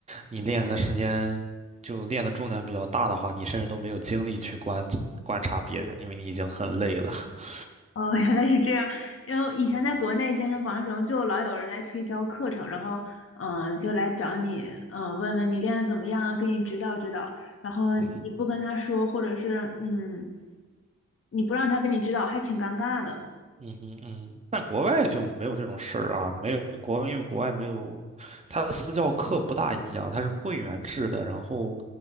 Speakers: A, on the right; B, on the left.
A: 你练的时间就练的重量比较大的话，你甚至都没有精力去观观察别人，因为你已经很累了。<laughs>
B: 哦，<laughs> 原来是这样。因为以前在国内健身房的时候，就老有人来推销课程，然后嗯、就来找你，嗯、问问你练的怎么样啊，给你指导指导。然后你不跟他说，
A: 嗯哼。
B: 或者是嗯，你不让他给你指导，还挺尴尬的。
A: 嗯哼嗯，但国外就没有这种事儿啊，没有国，因为国外没有，它的私教课不大一样，它是会员制的，然后，